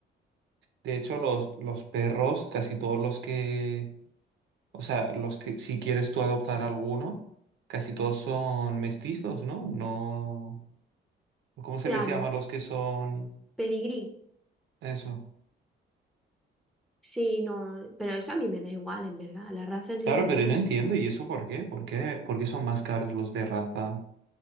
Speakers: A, on the right (about 70°); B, in the centre.
A: De hecho, los, los perros, casi todos los que, o sea, los que, si quieres tú adoptar alguno, casi todos son mestizos, ¿no? No, ¿cómo se
B: Claro,
A: les llama a los que son
B: pedigrí.
A: eso?
B: Sí, no, pero eso a mí me da igual, en verdad. La raza es
A: Claro,
B: lo de
A: pero
B: menos.
A: no entiendo, ¿y eso por qué? ¿Por qué? ¿Por qué son más caros los de raza